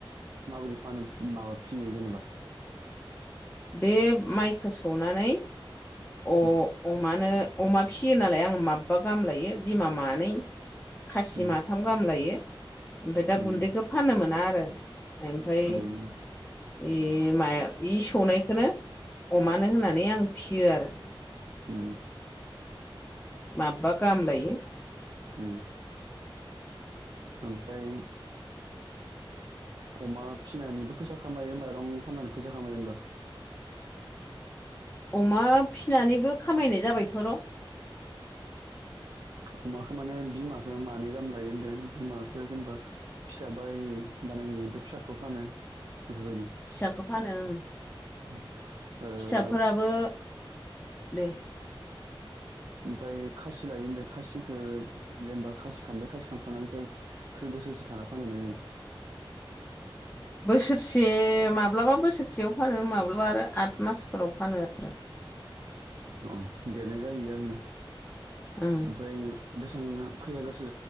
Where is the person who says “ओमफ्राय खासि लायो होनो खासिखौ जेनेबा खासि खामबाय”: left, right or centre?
Right